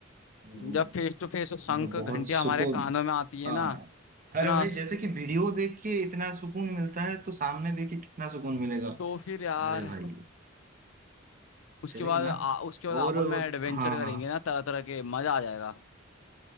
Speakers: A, on the right; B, on the left.
A: तो,
B: जब फेस टू फेस शंख
A: मतलब बहुत
B: घंटियां
A: सुकून
B: हमारे कानों में आती है
A: हाँ
B: ना इतना
A: अरे भाई जैसे कि वीडियो देख के इतना सुकून मिलता है तो सामने देख के कितना सुकून मिलेगा
B: तो फिर यार
A: अरे भाई
B: उसके
A: चलेंगे
B: बाद आ,
A: ना
B: उसके बाद आपस
A: और
B: में एडवेंचर
A: हाँ
B: करेंगे
A: हाँ
B: ना तरह तरह के मजा आ जाएगा